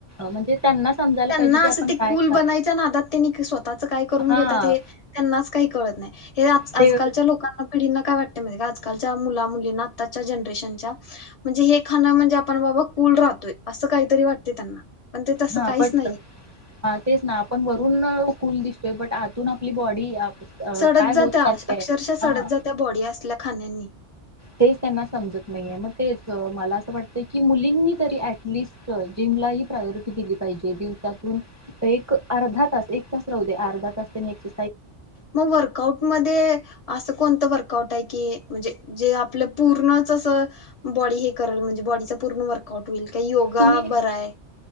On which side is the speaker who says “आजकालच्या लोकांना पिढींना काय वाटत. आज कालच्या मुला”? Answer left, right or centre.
Left